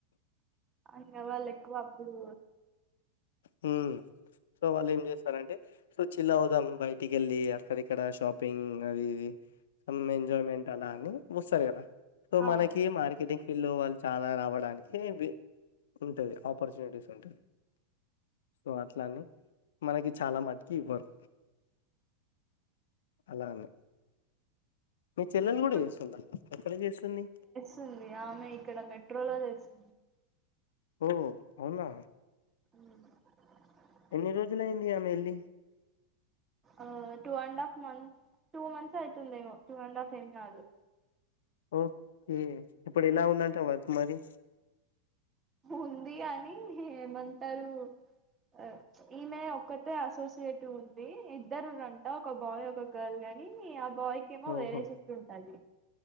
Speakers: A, on the right; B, on the left.
A: ఆ ఇంగ వాళ్ళెక్కువ అప్పుడు
B: హు సో వాళ్ళేం చేసరు అంటే సో చిల్ అవుదాం బయటికేలి అక్కడ ఇక్కడ షాపింగ్ అది ఇది ఫన్ ఎంజాయ్మెంట్ అలా అని ఒస్తాలేర సో
A: అవును
B: మనకి మార్కెటింగ్ పిల్లు వాళ్ళు చాలా రావడానికివి ఉంటుంది ఆపర్చునిటీస్ ఉంటది సో అట్లాని మనకి చాలా మటుకి ఇవ్వరు అలానే. మీ చెల్లెలు
A: ఇప్పుడు
B: కూడా చేస్తుందా ఎక్కడ జేస్తుంది
A: స్తుంది ఆమె ఇక్కడ మెట్రోలో చేసు
B: ఓ అవున
A: హు
B: ఎన్ని రోజులైంది ఆమె ఎళ్లి
A: ఆ two and half month two months అయితుంది ఏమో టూ అండ్ హఫ్ ఏం కాదు
B: ఓ కే ఇప్పుడేలా ఉందంట వర్క్ మరి
A: ఉంది గాని ఏమంటారు ఆ ఈమె ఒక్కతే అసోసియేట్ ఉంది ఇద్దరుంట ఒక బాయ్ ఒక గర్ల్ గాని ఆ బాయ్ కేమో
B: ఓహో
A: వేరే శిఫ్ట్ ఉంటది.